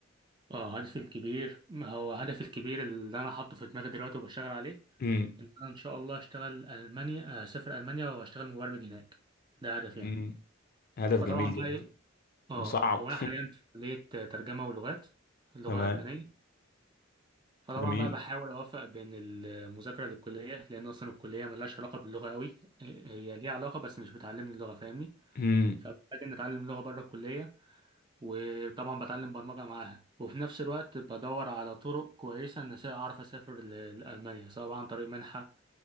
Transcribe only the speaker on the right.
اه هدفي الكبير ما هو هدفي الكبير اللي انا حاطه في دماغي دلوقتي وبشتغل عليه
ان انا ان شاء الله اشتغل المانيا آه، اسافر المانيا واشتغل مبرمج هناك ده هدفي
يعني
فطبعا
بقى ايه اه
هو انا حاليا في كليه ترجمه ولغات اللغه
الالمانيه فطبعا
بقى بحاول اوفق بين المذاكره للكليه لان اصلا الكليه ملهاش علاقه باللغه قوي هي ليها علاقه بس مش بتعلمني اللغه فاهمني
فبحتاج ان اتعلم لغه بره الكليه وطبعا بتعلم برمجة معاها وفي نفس الوقت بدور على طرق كويسة إن أسا- أعرف أسافر ل- لألمانيا سواء بقى عن طريق منحة